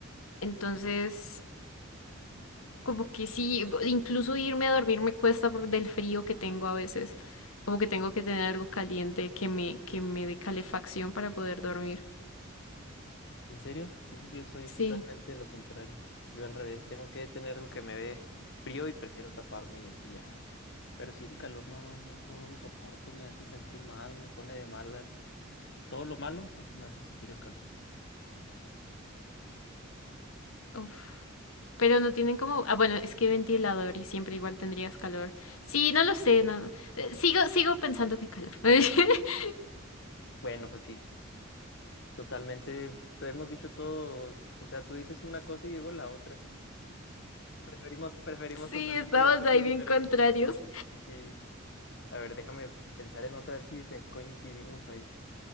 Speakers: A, on the left (about 80°); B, on the left (about 60°).
A: entonces como que sí, bo- incluso irme a dormir me cuesta por del frío que tengo a veces, como que tengo que tener algo caliente que me, que me dé calefacción para poder dormir.
B: ¿En serio? Sí, yo soy
A: Sí,
B: totalmente lo contrario. Yo al revés, tengo que tener algo que me dé frío y prefiero taparme y así ya. Pero sí el calor, no, no, no, no no lo soporto, me hace sentir mal, me pone de malas. Todo lo malo, eso me hace sentir el calor.
A: Uf. Pero no tienen como, ah, bueno, es que ventilador y siempre igual tendrías calor. Sí, no lo sé, no, no. Eh, Sigo, sigo pensando que calor. <laughs>
B: Bueno, pues sí, totalmente, te hemos dicho todo, o sea, tú dices una cosa y digo la otra. Preferimos, preferimos
A: Sí,
B: totalmente
A: estamos
B: las cosas
A: ahí bien
B: diferentes.
A: contrarios.
B: Sí. A ver, déjame pensar en otra, a ver si te coincidimos ahí.